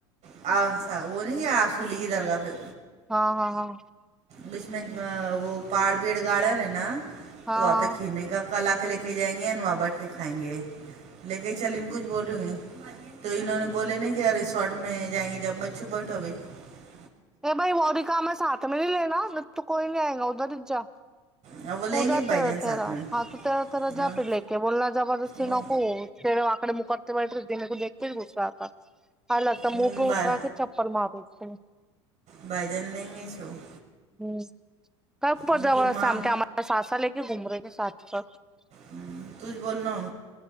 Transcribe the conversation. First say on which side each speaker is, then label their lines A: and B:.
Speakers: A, on the right; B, in the centre.
A: نہیں کیا آ سولی کی درگاہ پہ
B: ہاں ہاں ہاں
A: بیچ میں وہ پاار بیڑ گارڈن ہے نا
B: ہاں
A: تو آپہ
B: ہاں
A: کھینے کا کال <unintelligible> لے کے جائیں گے ن وہاں بیٹھ کے کھائیں گے لے کے چل ان کچھ بولوں گے تو انہوں نے بولے ن ار ریسارٹ میں جائیں گے جب میں چھپٹ ہوی <inaudible>
B: ا بھائی اوری کام ہے ساتھ میں نہیں لینا تو کوئی نہیں آئے گا ادھر ہی جا <inaudible>
A: ہاں وہ لیں
B: تو
A: گے
B: جاتا
A: بھائی جان
B: رہ
A: ساتھ
B: تیرا
A: میں
B: ہاں تو تا طرا
A: ہاں
B: جا پہ لے کے بولنا زبردستی
A: وہ-
B: نک <inaudible> مکتے وائٹ رہ دیکنےک ایکتے گس آ <inaudible> ال لگتا
A: ہوں،
B: مو پر
A: بھائی
B: ا کا سے چپل مارو اس ہیں <inaudible>
A: بھائی جن لیں گے سو <inaudible>
B: ہوں <inaudible> کرپ
A: ان
B: جبور
A: کی
B: س
A: ماں
B: سے س ہم کہ آ ہمارا سا سا ل گ گھوم رہے <inaudible> سات سات <unintelligible>
A: ہ تھ بول ن <inaudible>